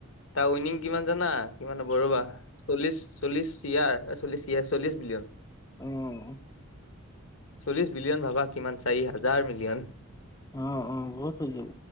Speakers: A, on the left (about 65°); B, on the left (about 15°).
A: তাৰ উইনিং কিমান জানা? কিমান হ'ব ৰ'বা চল্লিছ, চল্লিছ চি আৰ, এ-চলি-চিআৰ, চল্লিছ বিলিয়ন।
B: অ',
A: চল্লিছ বিলিয়ন ভাবা কিমান, চাৰি হাজাৰ মিলিয়ন।
B: অ'-অ', বহুত হৈ যাব।